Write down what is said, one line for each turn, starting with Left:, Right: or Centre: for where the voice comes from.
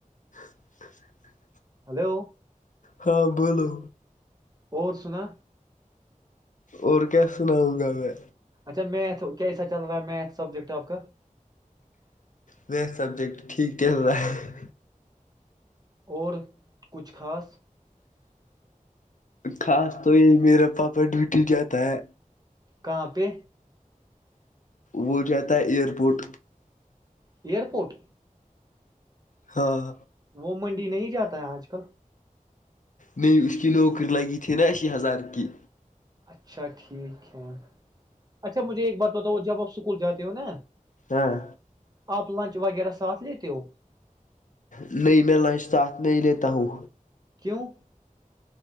Left: <inaudible>
Right: ہلو
Left: ہاں بولو
Right: اور سنا
Left: اور کیا سناؤں گا میں
Right: اچھا میتھ کیاسا چل رہا ہے میتھ سبجیکٹ آپ کا
Left: میں سبجیکٹ ٹھیک کہ رہا ہے
Right: اور کچھ خاص
Left: خاص تو یہی میرا پاپا ڈوٹی جاتا ہے
Right: کہاں پہ
Left: وہ تھا ہے ایرپورٹ
Right: ایئرپورٹ
Left: ہاں
Right: وہ منڈی نہیں جاتا ہے آج کل
Left: نہیں اس کی نوکری لگی تھی نا اسی ہزار کی
Right: اچھا ٹھیک ہے اچھا مجھے ایک بات بتاؤ جب آپ اسکول جاتے ہو نا
Left: ہاں
Right: آپ لنچ وغیرہ ساتھ لیتے ہو
Left: نہیں میں لنچ ساتھ نہیں لیتا ہوں
Right: کیوں